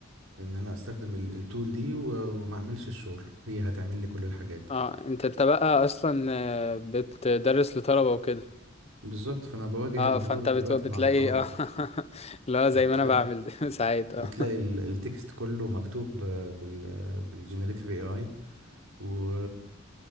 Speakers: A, on the right; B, on the left.
A: ان انا استخدم ال- التول دي و- وما اعملش الشغل هي هتعمل لي كل الحاجات
B: اه انت انت بقى اصلا آه، بتدرس لطلبة وكده
A: بالظبط فانا بواجه
B: اه
A: الموضوع
B: فانت
A: ده دلوقتي
B: بت... بتلاقي
A: مع الطلبه
B: اه <laughs> لا
A: فبتلاقي
B: زي ما انا بعمل <laughs> ساعات اه
A: بتلاقي ال- التكست كله مكتوب آه، بال بالجنريتيف اي اي و...